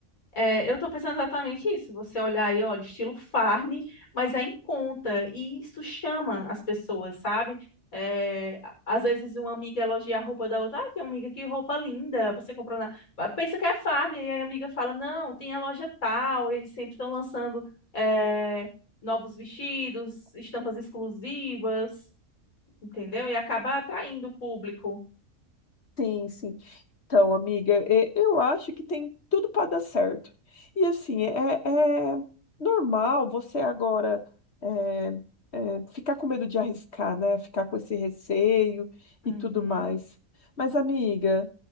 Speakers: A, on the left (about 75°); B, on the left (about 50°).
A: É, eu estou pensando exatamente isso. Você olhar aí, olha, estilo farm, mas é em conta. E isso chama as pessoas, sabe? É, a- às vezes uma amiga elogia a roupa da outra. Ah, que amiga, que roupa linda. Você comprou na... Ah, Pensa que é farm. E aí a amiga fala, não, tem a loja tal. Eles sempre estão lançando é, novos vestidos, estampas exclusivas, entendeu? E acaba atraindo o público.
B: Sim, sim. Então, amiga, e- eu acho que tem tudo para dar certo. E assim, é, é normal você agora é, é, ficar com medo de arriscar, né? Ficar com esse receio
A: Uhum,
B: e tudo mais. Mas, amiga,